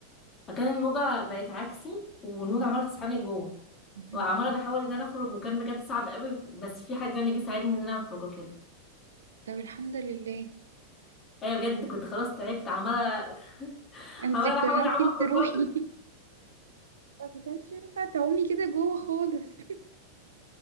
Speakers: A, on the left; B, on the right.
A: فكان الموجه بقت عكسي والموجه عماله تسحبني لجوه
B: مهم.
A: وعماله بحاول ان انا اخرج وكان بجد صعب قوي بس في حد يعني جه ساعدني ان انا اخرج وكده
B: طب الحمد لله
A: ايوه بجد كنت خلاص تعبت عماله
B: انت
A: عماله
B: كنت
A: بحاول
B: ممكن
A: اعوم اخرج
B: تروحي
A: بره
B: <laughs> ما كانش ينفع تعومي كده جوه خالص <laughs>